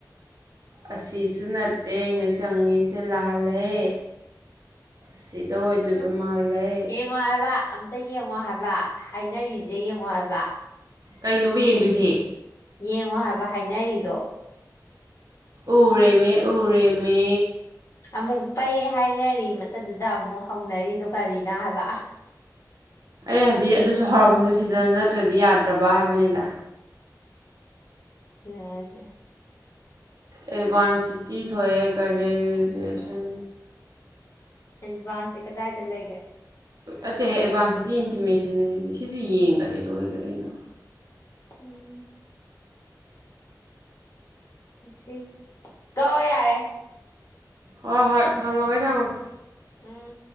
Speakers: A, on the right (about 60°); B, on the left (about 50°).
A: ꯑꯁꯤꯁꯨ ꯅꯠꯇꯦ ꯑꯩꯅ ꯆꯪꯉꯤꯁꯦ ꯂꯥꯜꯂꯦ ꯁꯤ ꯗ ꯑꯣꯏꯗꯣꯏꯕ
B: ꯍꯨꯝ
A: ꯃꯥꯜꯂꯦ
B: ꯌꯦꯡꯉꯣ ꯍꯥꯏꯕ ꯑꯝꯇ ꯌꯦꯡꯉꯣ ꯍꯥꯏꯕ ꯍꯥꯏꯅꯔꯤꯁꯦ ꯌꯦꯡꯉꯣ ꯍꯥꯏꯕ
A: ꯀꯩꯅꯣꯕ ꯌꯦꯡꯗꯣꯏꯁꯤ
B: ꯌꯦꯡꯉꯣ ꯍꯥꯏꯕ ꯍꯥꯏꯅꯔꯤꯗꯣ
A: ꯎꯔꯦ ꯃꯤ ꯎꯔꯦ ꯃꯤ
B: ꯑꯃꯨꯛ ꯄꯩ ꯍꯥꯏꯅꯔꯤ ꯃꯇꯗꯨꯗ ꯑꯃꯨꯛ ꯍꯧꯅꯔꯤꯗꯣ ꯀꯔꯤꯅꯣ ꯍꯥꯏꯕ
A: ꯑꯩ ꯍꯥꯏꯗꯤ ꯑꯗꯨꯁꯨ ꯍꯧꯔꯛꯐꯝꯗꯨ ꯁꯤꯗ ꯅꯠꯇ꯭ꯔꯗꯤ ꯌꯥꯗ꯭ꯔꯕ ꯍꯥꯏꯕꯅꯤꯗ
B: ꯗꯨꯅꯦ ꯍꯥꯏꯁꯦ
A: ꯑꯦꯗꯚꯥꯟꯁ ꯁꯤꯇꯤ ꯊꫭꯛꯑꯦ ꯀꯔꯤꯌꯔ ꯔꯦꯖꯨꯑꯦꯁꯟ
B: ꯑꯦꯗꯚꯥꯟꯁꯁꯦ ꯀꯗꯥꯏꯗ ꯂꯩꯒꯦ
A: ꯑꯇꯦꯍꯦ ꯑꯦꯗꯚꯥꯟꯁ ꯁꯤꯇꯤ ꯏꯟꯇꯤꯃꯦꯁꯟꯅꯦ ꯁꯤꯗꯤ ꯁꯤꯗꯤ ꯌꯦꯡꯈꯔꯦ ꯂꯣꯏꯈꯔꯦꯅ
B: ꯎꯝ ꯏꯁꯦ ꯇꫭꯛꯑꫭ ꯌꯥꯔꯦ
A: ꯍꯣꯏ ꯍꯣꯏ ꯊꯝꯃꯒꯦ ꯊꯝꯃꯒꯦ
B: ꯎꯝ